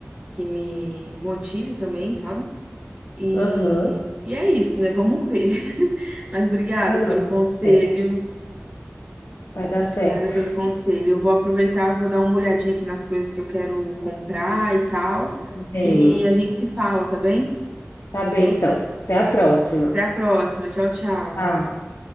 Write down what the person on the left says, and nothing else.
aham.
É, não,
vai
dar certo. Vai dar
certo.
Tá Bem,
tá bem então. Até a próxima.
Tchau.